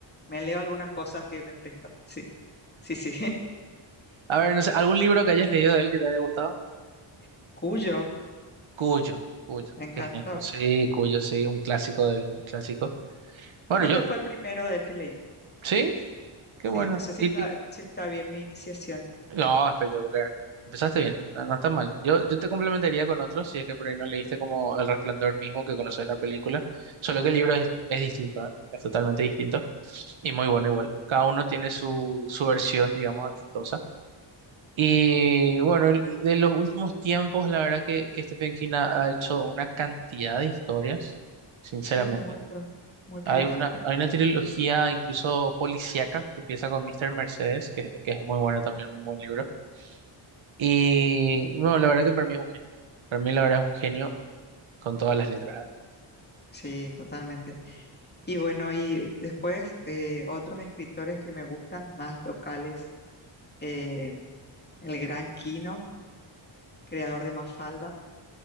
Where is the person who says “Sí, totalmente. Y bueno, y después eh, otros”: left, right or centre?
Left